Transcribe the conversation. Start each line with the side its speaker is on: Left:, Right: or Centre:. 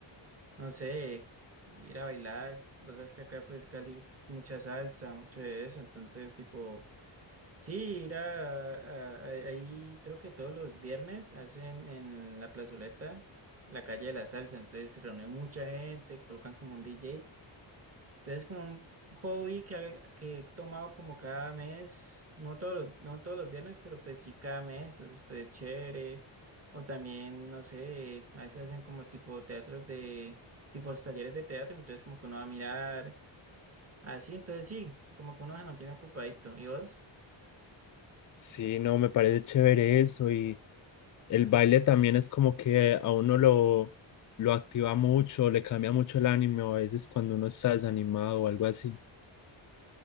Right: no sé, ir a bailar. Vos sabes que acá, pues, Cali, es mucha salsa, mucho de eso. Entonces, tipo. Sí, ir a, a- a- ahí creo que todos los viernes hacen en la plazoleta la calle de la salsa, entonces se reúne mucha gente, colocan como un DJ, entonces como un hobby que, ha- que he tomado como cada mes, no todos los, no todos los viernes, pero pues sí cada mes, entonces pues chévere, o también, no sé, a veces hacen como tipo teatros de, tipos talleres de teatro, entonces como que uno va a mirar, así, entonces sí, como que uno se mantiene ocupadito, ¿y vos?
Left: Sí, no, me parece chévere eso y el baile también es como que a uno lo, lo activa mucho, le cambia mucho el ánimo a veces cuando uno está desanimado o algo así.